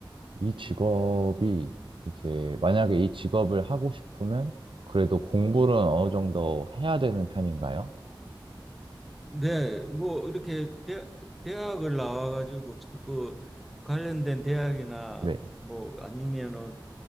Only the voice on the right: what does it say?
이 직업이 이제 만약에 이 직업을 하고 싶으면 그래도 공부는 어느 정도 해야 되는 편인가요?
네,